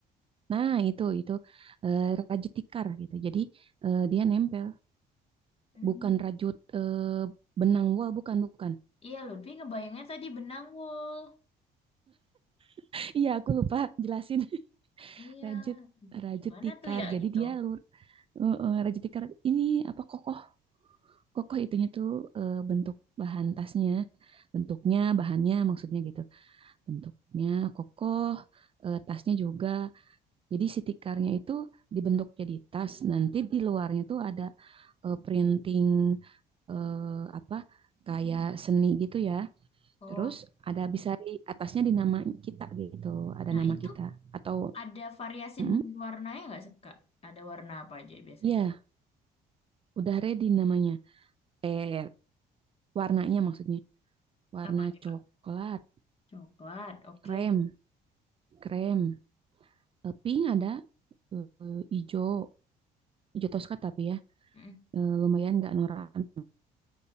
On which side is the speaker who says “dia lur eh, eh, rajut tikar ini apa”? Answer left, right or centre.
Right